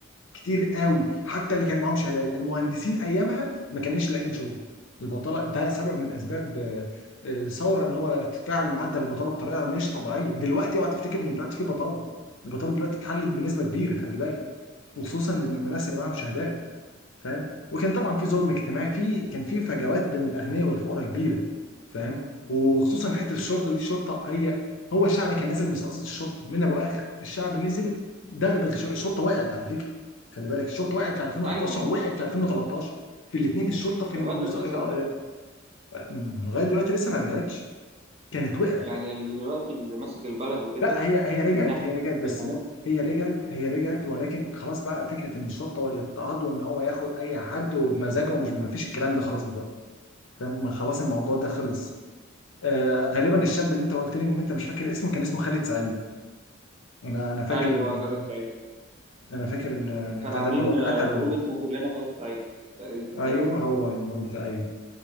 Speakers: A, on the left (about 75°); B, on the right (about 30°).
A: كتير قوي حتى اللي كان معاهم شهادات المهندسين ايامها ما كانش لاقيين شغل البطاله ده سبب من اسباب آه، آه، الثوره ان هو ارتفاع معدل البطاله بطريقه مش طبيعيه دلوقتي اوعى تفتكر ان دلوقتي في بطاله البطاله دلوقتي اتحلت بنسبه كبيره خلي بالك وخصوصا للناس اللي معاهم شهادات فاهم وكان طبعا في ظلم اجتماعي في كان في فجوات بين الاغنياء والفقراء كبيره فاهم وخصوصا حته الشرطه دي الشرطه هي هو الشعب كان نازل مستقصد الشرطه من ابو اخر الشعب نزل دغدغ الش- الشرطه وقعت على فكره خلي بالك الشرطه وقعت في 2011
B: ايوه
A: وقعت
B: من-
A: في 2013 في الاثنين الشرطه في
B: كان
A: المز...
B: لغايه دلوقتي
A: آه،
B: لسه ما مات
A: آه، لغايه دلوقتي لسه ما رجعتش كانت وقعت
B: يعني اللي دلوقتي اللي ماسك البلد وكده
A: لا هي هي رجعت
B: من ناحيه
A: هي رجعت بس
B: الامان
A: هي رجعت هي رجعت ولكن خلاص بقى فكره ان الشرطه والاضطهاد وان هو ياخد اي حد وبمزاجه ومش ما فيش الكلام ده خلاص دلوقتي فاهم خلاص الموضوع ده خلص آه غالبا الشاب اللي انت قلت لي ان انت مش فاكر اسمه كان اسمه خالد سعيد انا انا فاكر
B: ايوه
A: ال...
B: خالد سعيد
A: انا فاكر ال- البتاع
B: كان عاملين
A: ده اللي هو اتقتل
B: آه، جروب اسمه كلنا خالد سعيد تقريبا
A: ايوه
B: حاجه زي
A: هو
B: كده
A: الجروب ده ايوه